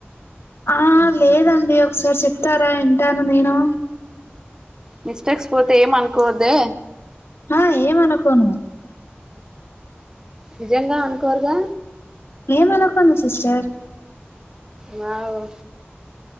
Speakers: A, on the left; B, on the right.
A: ఆ లేద అండి ఒకసారి చెప్తారా ఇంటాను నేను
B: మిస్టేక్స్ పోతే ఏమ్ అనుకోవ అద్దే
A: ఆ ఏమ్ అనుకోను
B: నిజంగా అనుకోరుగా
A: ఏమ్ అనుకోను సిస్టర్
B: వావ్వో